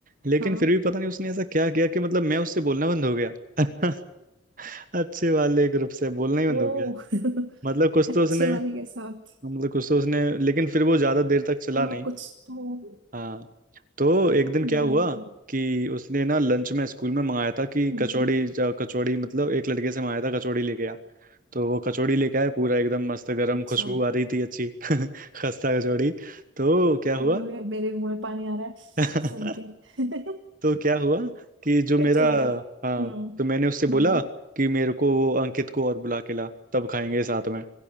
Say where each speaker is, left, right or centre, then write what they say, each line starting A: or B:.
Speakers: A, on the right; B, on the right.
A: लेकिन
B: हाँ
A: फिर भी पता नहीं उसने ऐसा क्या किया कि मतलब मैं उससे बोलना बंद हो गया <laughs> अच्छे वाले ग्रुप से बोलना ही बंद
B: ओ
A: हो गया
B: <laughs>
A: मतलब कुछ
B: अच्छे
A: तो उसने
B: वाले के साथ
A: मतलब कुछ तो उसने लेकिन फिर वो ज्यादा देर तक चला
B: हाँ
A: नहीं
B: कुछ तो
A: हाँ तो एक दिन
B: हम्म,
A: क्या हुआ कि उसने ना लंच में स्कूल में मंगाया था कि
B: हम्म,
A: कचौड़ी ज- कचौड़ी मतलब एक लड़के से मंगाया था कचौड़ी लेके आ तो वो कचौड़ी लेके आया पूरा एकदम मस्त गरम
B: अच्छा
A: खुशबू आ रही थी अच्छी <laughs> खस्ता कचौड़ी तो क्या हुआ
B: ओए ओए मेरे मुंह में पानी आ रहा है सुन
A: <laughs>
B: के <laughs>
A: तो क्या हुआ कि जो
B: कचौड़ी
A: मेरा हाँ
B: हम्म
A: तो मैंने उससे बोला
B: हम्म
A: कि मेरे को वो अंकित को और बुला के ला तब खाएंगे साथ में